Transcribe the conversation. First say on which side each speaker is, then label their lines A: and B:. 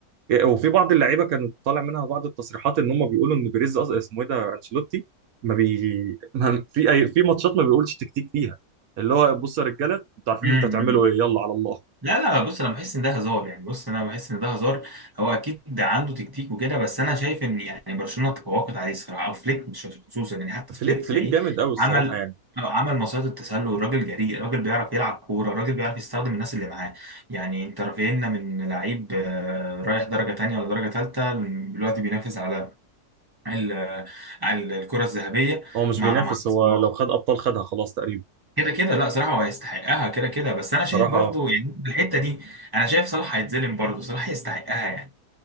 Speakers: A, on the right; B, on the right.
A: وفي بعض اللعيبه كانت طالع منها بعض التصريحات ان هم بيقولوا ان بيريز أص- اسمه ايه ده انشيلوتي ما بي ما <laughs> في اي في ماتشات ما بيقولش تكتيك فيها اللي هو بصوا يا رجاله انتوا عارفين
B: امم
A: انتوا هتعملوا ايه يلا على الله
B: لا لا بص انا بحس ان ده هزار يعني بص انا بحس ان ده هزار هو اكيد ده عنده تكتيك وكده بس انا شايف ان يعني برشلونه تفوقت عليه الصراحه او فليك مش خصوصا يعني حتى
A: فليك
B: فليك
A: فليك
B: تلاقيه
A: جامد قوي الصراحه
B: عمل
A: يعني
B: أو عمل مصيدة التسلل الراجل جريء الراجل بيعرف يلعب كوره الراجل بيعرف يستخدم الناس اللي معاه يعني انت رافعنا من لعيب آه، رايح درجه تانية ولا درجه تالتة دلوقتي بينافس على ال- ال- الكرة الذهبية
A: هو مش
B: مع
A: بينافس
B: مع صلاح
A: هو لو خد ابطال خدها خلاص تقريبا
B: كده كده لا صراحة هو هيستحقها كده كده بس أنا شايف
A: صراحه
B: برضو يعني الحتة دي أنا شايف صلاح هيتظلم برضو صلاح يستحقها يعني